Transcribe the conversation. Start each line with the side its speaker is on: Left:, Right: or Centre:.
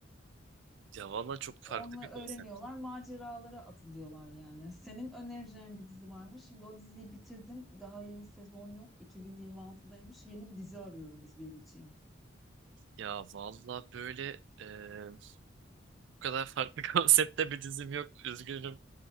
Right: Ya valla çok farklı
Centre: Onunla
Right: bir konsept.
Centre: öğreniyorlar, maceralara atılıyorlar yani. <laughs> Senin önereceğin bir dizi var mı? Şimdi o diziyi bitirdim. Daha yeni sezon yok. 2026'daymış. Yeni bir dizi arıyorum izleyebileceğim.
Right: Ya valla böyle eee, bu kadar farklı <laughs> konseptte bir dizim yok. Üzgünüm.